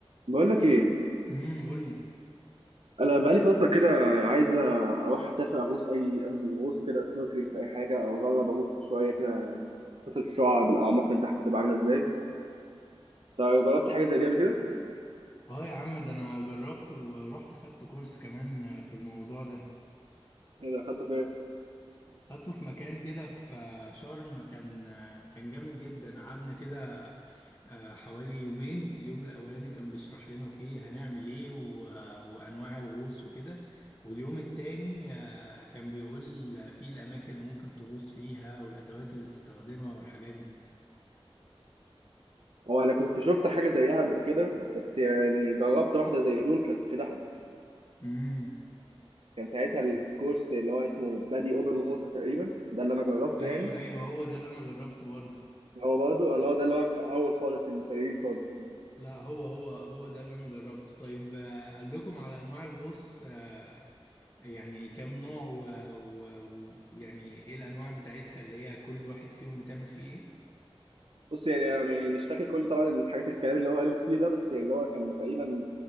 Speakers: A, on the right; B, on the left.
A: بقول لك ايه
B: امم قول لي
A: انا بقالي فتره كده عايز اروح اسافر اغوص اي انزل غوص كده سنوركلينج في اي حاجه او اجرب اغوص شويه كده اشوف الشعاب الاعماق من تحت تبقى عامله ازاي طيب جربت حاجه زي دي قبل كده
B: اه يا عم ده انا جربت ورحت خدت كورس كمان في الموضوع ده
A: ايه ده اخدته فين
B: خدته في مكان كده في شرم كان كان جامد جدا قعدنا كده آه، حوالي يومين اليوم الاولاني كان بيشرح لنا فيه هنعمل ايه و- وانواع الغوص وكده واليوم التاني آه، كان بيقول فيه الاماكن اللي ممكن تغوص فيها والادوات اللي بتستخدمها والحاجات دي
A: هو انا كنت شفت حاجه زيها قبل كده بس يعني جربت واحده زي دول كانت في دهب
B: امم
A: كان ساعتها الكورس اللي هو اسمه بادي اوبن ووتر تقريبا ده اللي انا جربته
B: ايوه
A: يعني
B: ايوه هو ده اللي انا جربته برضه
A: هو برضه اللي هو ده اللي هو في اول خالص المبتدئين خالص
B: لا هو هو هو ده اللي انا جربته طيب آه، قال لكم على انواع الغوص آه، يعني كام نوع و- و- ويعني ايه الانواع بتاعتها اللي هي كل واحد فيهم بتعمل فيه ايه
A: بص يعني أنا يعني مش فاكر كل طبعا الحاجات الكلام اللي هو قاله كتير ده بس يعني اللي هو كان تقريبا